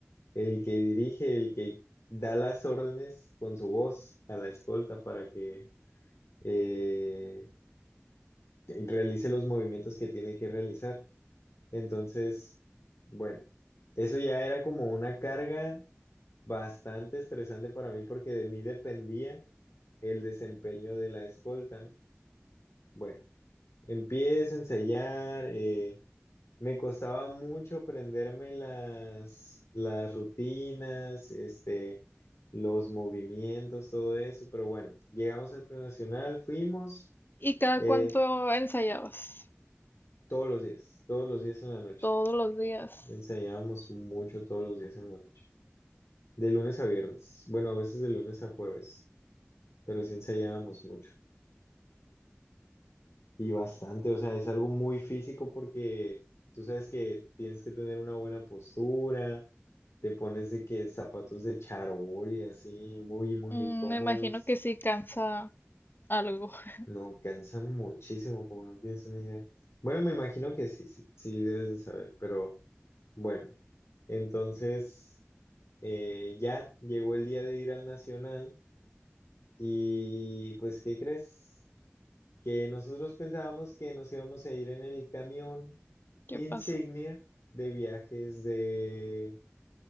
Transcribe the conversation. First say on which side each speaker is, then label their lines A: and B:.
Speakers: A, on the left (about 80°); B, on the left (about 50°).
A: el que dirige, el que da las órdenes con su voz a la escolta para que eh, realice los movimientos que tiene que realizar. Entonces, bueno, eso ya era como una carga bastante estresante para mí porque de mí dependía el desempeño de la escolta, ¿no? Bueno, empiezo a ensayar. eh, Me costaba mucho aprenderme las, las rutinas, este, los movimientos, todo eso, pero bueno, llegamos al prenacional, fuimos
B: ¿Y cada
A: eh,
B: cuánto ensayabas?
A: todos los días, todos los días en la noche.
B: Todos los días.
A: Ensayábamos mucho todos los días en la noche, de lunes a viernes, bueno, a veces de lunes a jueves, pero sí ensayábamos mucho. Y bastante, o sea, es algo muy físico porque tú sabes que tienes que tener una buena postura, te pones de que zapatos de charol y así, muy, muy
B: Mm,
A: incómodos.
B: me imagino que sí cansa algo. <laughs>
A: No, cansan muchísimo, como no tienes una idea. Bueno, me imagino que sí, sí, sí debes de saber, pero bueno. Entonces, eh, ya llegó el día de ir al Nacional y pues, ¿qué crees? Que nosotros pensábamos que nos íbamos a ir en el camión
B: ¿Qué
A: insignia
B: pasó?
A: de viajes de,